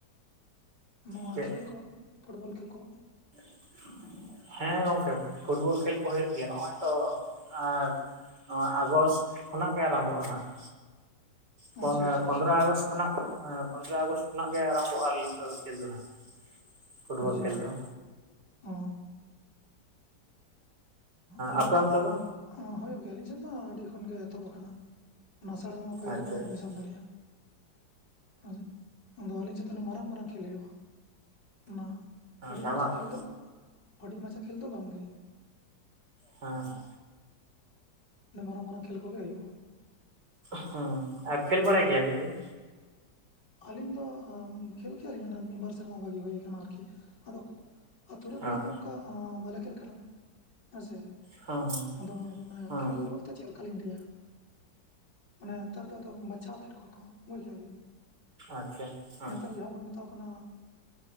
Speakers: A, on the left (about 80°); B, on the right (about 70°).
A: ᱱᱚᱣᱟ
B: ᱪᱮᱫ
A: ᱠᱷᱮᱹᱞ ᱠᱚ ᱯᱷᱩᱴᱵᱚᱞ ᱠᱷᱮᱹᱞ ᱠᱚ
B: <inaudible> ᱦᱮᱸ ᱜᱚᱢᱠᱮ ᱯᱷᱩᱴᱵᱚᱞ ᱠᱷᱮᱞ ᱠᱚ ᱦᱩᱭᱩᱜ ᱜᱮᱭᱟ ᱱᱚᱜᱼᱚᱭ ᱛᱚ ᱟᱨ ᱱᱚᱣᱟ ᱟᱜᱚᱥᱴ ᱠᱷᱚᱱᱟᱜ ᱜᱮ ᱟᱨᱟᱢᱵᱚᱜᱼᱟ ᱱᱟᱦᱟᱜ ᱯᱚᱸ
A: ᱟᱪᱪᱷᱟ ᱟᱪᱪᱷᱟ
B: ᱯᱚᱸᱫᱽᱨᱟ
A: ᱟᱪᱪᱷᱟ
B: ᱟᱜᱚᱥ ᱠᱷᱚᱱᱟᱜ ᱯᱚᱸᱫᱽᱨᱟ ᱟᱜᱚᱥ ᱠᱷᱚᱱᱟᱜ ᱜᱮ ᱟᱨᱚᱢᱵᱚᱜᱼᱟ ᱞᱤᱝ ᱛᱚ ᱫᱚ ᱠᱷᱮᱞ ᱫᱚ ᱦᱟᱜ᱾ ᱯᱷᱩᱴᱵᱚᱞ
A: ᱟᱪᱪᱷᱟ
B: ᱠᱷᱮᱞ ᱫᱚ
A: ᱚ ᱟᱹᱞᱤᱧᱡ
B: ᱟᱯᱮ ᱚᱱᱛᱮ ᱫᱚ
A: ᱦᱚᱸ ᱦᱩᱭᱩᱜ ᱜᱮᱭᱟ ᱟᱹᱞᱤᱧ ᱥᱮᱱ ᱢᱟ ᱟᱹᱰᱤ ᱠᱷᱚᱱᱜᱮ ᱮᱛᱚᱦᱚᱵ ᱟᱠᱟᱱᱟ᱾ ᱚᱱᱟ ᱟᱥᱟᱲ ᱵᱚᱸᱜᱟ ᱯᱳᱭᱞᱳ
B: ᱟᱪᱪᱷᱟ
A: ᱠᱷᱚᱱᱟᱜ
B: ᱟᱪᱪᱷᱟ
A: ᱵᱤᱱ ᱥᱮᱱ ᱫᱟᱲᱤᱜᱼᱟ, ᱦᱮᱸ ᱟᱫᱚ ᱟᱹᱞᱤᱧ ᱥᱮᱫ ᱫᱚ ᱚᱱᱟ ᱢᱟᱨᱟᱝ ᱢᱟᱨᱟᱝ ᱠᱷᱮ ᱠᱷᱮᱹᱞ ᱦᱩᱭᱩᱜᱼᱟ, ᱚᱱᱟ ᱦᱩᱰᱤᱧ
B: ᱫᱷᱟᱢᱟᱠᱟ
A: ᱢᱟᱪᱷᱟ ᱠᱷᱮᱹᱞ ᱫᱚ ᱦᱩᱰᱤᱧ ᱢᱟᱪᱷᱟ ᱠᱷᱮᱞ ᱫᱚ ᱵᱟᱝᱜᱮ᱾
B: ᱦᱮᱸ ᱦᱮᱸ᱾
A: ᱚᱱᱮ ᱢᱟᱨᱟᱝ ᱢᱟᱨᱟᱝ ᱠᱷᱮᱹᱞ ᱠᱚᱜᱮ ᱦᱩᱭᱩᱜᱼᱟ᱾
B: ᱦᱮᱸ, ᱟᱨ ᱠᱷᱮᱹᱞ ᱵᱟᱲᱟᱭ ᱜᱮᱭᱟᱵᱤᱱ ᱟᱵᱮᱱ?
A: ᱟᱹᱞᱤᱧ ᱫᱚ ᱠᱷᱮᱹᱞ ᱠᱮᱭᱟ ᱞᱤᱧ ᱚᱱᱟ ᱢᱤᱫ ᱵᱟᱨ ᱥᱮᱨᱢᱟ ᱵᱷᱟᱹᱜᱤ ᱦᱩᱭ ᱠᱟᱱᱟ ᱟᱨᱠᱤ, ᱟᱫᱚ ᱟᱛᱩ ᱨᱮ
B: ᱦᱮᱸ
A: ᱠᱚᱲᱟ ᱠᱚ ᱚᱝᱠᱟ ᱵᱟᱞᱮ ᱠᱷᱮᱹᱞ ᱠᱟᱱᱟ ᱦᱮᱸᱥᱮ᱾
B: ᱦᱮᱸ
A: ᱟᱫᱚ ᱢᱟᱱᱮ
B: ᱦᱮᱸ
A: ᱠᱷᱮᱹᱞ ᱵᱚᱞ ᱛᱚ ᱪᱮᱫ ᱞᱮᱠᱟᱞᱤᱧ ᱞᱟᱹᱭᱟ ᱢᱟᱱᱮ ᱱᱮᱛᱟᱨ ᱫᱚ ᱟᱫᱚ ᱵᱟᱪᱷᱟᱣ ᱠᱮᱫ ᱠᱚᱣᱟ ᱠᱚ ᱵᱩᱡᱷ ᱠᱮᱫᱟ ᱵᱤᱱ᱾
B: ᱟᱪᱪᱷᱟ ᱦᱮᱸ
A: ᱱᱮᱛᱟᱨ ᱡᱟᱦᱟᱸ ᱵᱚᱱ ᱢᱮᱛᱟᱣ ᱠᱟᱱᱟ